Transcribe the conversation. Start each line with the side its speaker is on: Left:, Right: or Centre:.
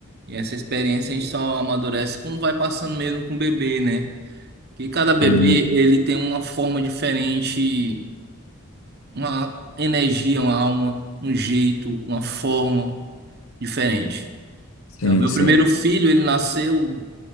Right: E essa experiência a gente só amadurece quando vai passando mesmo com o bebê, né? Que cada bebê
Left: Uhum.
Right: ele tem uma forma diferente, uma energia, uma alma, um jeito, uma forma diferente.
Left: Sim,
Right: Então, meu
Left: sim,
Right: primeiro filho, ele nasceu